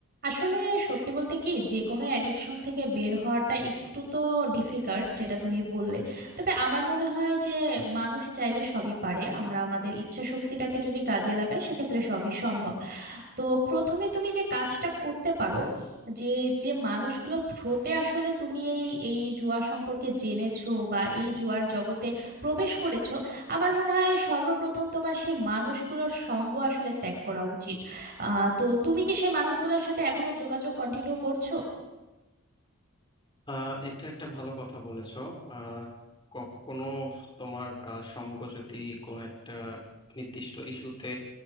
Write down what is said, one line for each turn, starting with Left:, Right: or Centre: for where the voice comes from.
Right: আসলে সত্যি বলতে কি যে কোনো অ্যাডিকশন থেকে বের হওয়াটা একটু তো ডিফিকাল্ট যেটা তুমি বললে তবে আমার মনে হয় যে মানুষ চাইলে সবই পারে আমরা আমাদের ইচ্ছা শক্তিটাকে যদি কাজে লাগাই সেক্ষেত্রে সবই সম্ভব তো প্রথমে তুমি যে কাজটা করতে পারো যে যে মানুষগুলো থ্রোতে আসলে তুমি এই এই জুয়া সম্পর্কে জেনেছো বা এই জুয়ার জগতে প্রবেশ করেছো আমার মনে হয় সর্বপ্রথম তোমার সেই মানুষগুলোর সঙ্গ আসলে ত্যাগ করা উচিত আহ তো তুমি কি সেই মানুষগুলোর সাথে এখনো যোগাযোগ কন্টিনিউ করছো
Left: আহ এটা একটা ভালো কথা বলেছো আহ কখনো তোমার আহ, সঙ্গ যদি কোনো একটা নির্দিষ্ট ইস্যুতে